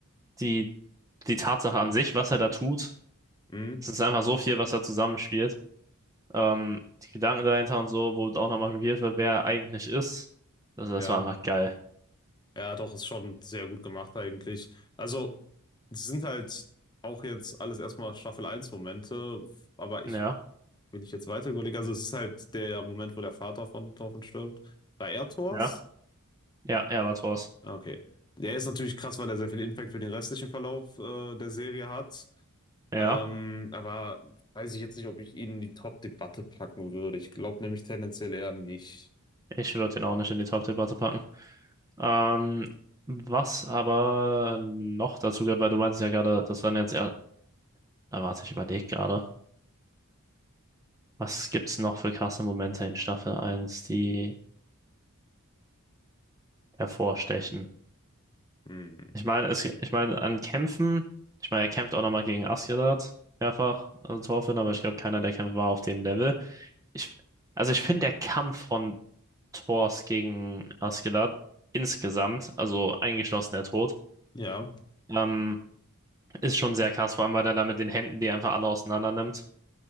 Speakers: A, on the right; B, on the left.
A: die, die Tatsache an sich, was er da tut.
B: hm,
A: Es ist einfach so viel, was da zusammenspielt. Ähm, die Gedanken dahinter und so, wo auch nochmal revealed wird, wer er eigentlich ist. Also das
B: ja.
A: war einfach geil.
B: Ja, doch, ist schon sehr gut gemacht eigentlich. Also, es sind halt auch jetzt alles erstmal Staffel eins Momente, aber
A: Ja,
B: ich, wenn ich jetzt weiter überlege, also es ist halt der Moment, wo der Vater von Torfen stirbt. Bei Erdors?
A: ja, ja, er war Thors.
B: Ah, Okay. Der ist natürlich krass, weil er sehr viel Impact für den restlichen Verlauf äh, der Serie hat.
A: Ja,
B: Ähm, aber weiß ich jetzt nicht, ob ich ihn in die Top-Debatte packen würde. Ich glaube nämlich tendenziell eher nicht.
A: ich würde den auch nicht in die Top-Debatte packen. Ähm, was aber noch dazu gehört, weil du meintest ja gerade, das waren jetzt eher, da warte, ich überlege gerade. Was gibt's noch für krasse Momente in Staffel eins, die hervorstechen?
B: Hm.
A: Ich meine, es, ich meine, an Kämpfen, ich meine, er kämpft auch nochmal gegen Asgard mehrfach, also Thor aber ich glaube, keiner der Kämpfe war auf dem Level. Ich, also ich finde der Kampf von Thors gegen Asgard insgesamt, also eingeschlossen der Tod,
B: Ja.
A: ähm, ist schon sehr krass, vor allem weil er da mit den Händen die einfach alle auseinander nimmt.